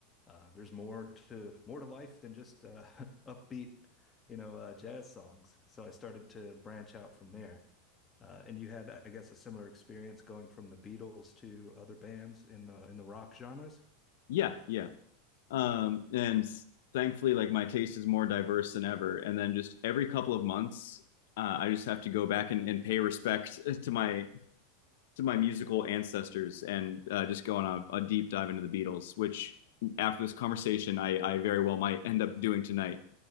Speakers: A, on the left; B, on the left.
A: uh, there's more to more to life than just uh, <laughs> upbeat, you know, uh, jazz songs. So I started to branch out from there. Uh, and you had, I guess, a similar experience going from the Beatles to other bands in the in the rock genres.
B: yeah, yeah. Um, and thankfully, like my taste is more diverse than ever. And then just every couple of months, uh, I just have to go back and, and pay respect <laughs> to my to my musical ancestors and uh, just going on a deep dive into the Beatles, which after this conversation, I, I very well might end up doing tonight.